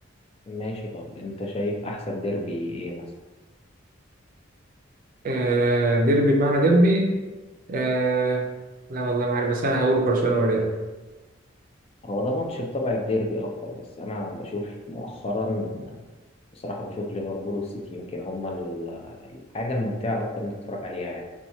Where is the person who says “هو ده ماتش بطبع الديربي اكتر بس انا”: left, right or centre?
Left